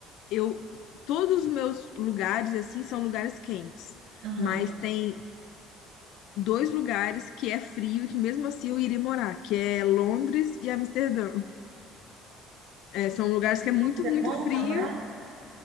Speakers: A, on the left (about 60°); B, on the right (about 65°).
A: eu todos os meus lugares assim são lugares quentes,
B: Aham.
A: mas tem dois lugares que é frio e que mesmo assim eu iria morar, que é Londres e Amsterdã. É, são lugares que é muito,
B: Londres
A: muito
B: É bom
A: frio.
B: para morar?